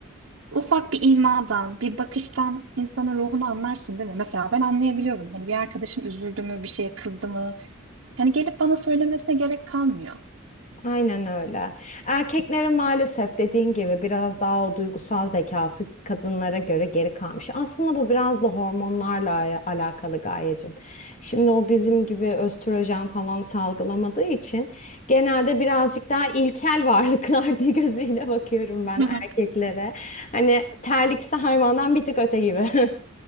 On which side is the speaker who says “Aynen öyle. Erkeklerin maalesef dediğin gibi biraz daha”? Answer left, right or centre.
Left